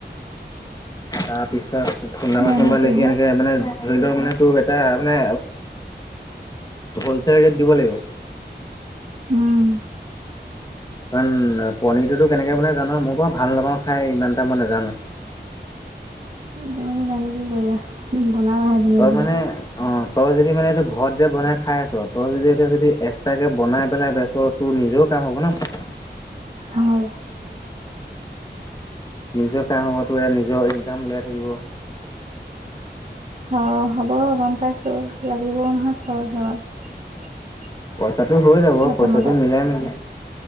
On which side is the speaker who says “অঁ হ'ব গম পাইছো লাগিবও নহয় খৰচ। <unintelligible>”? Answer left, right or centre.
Right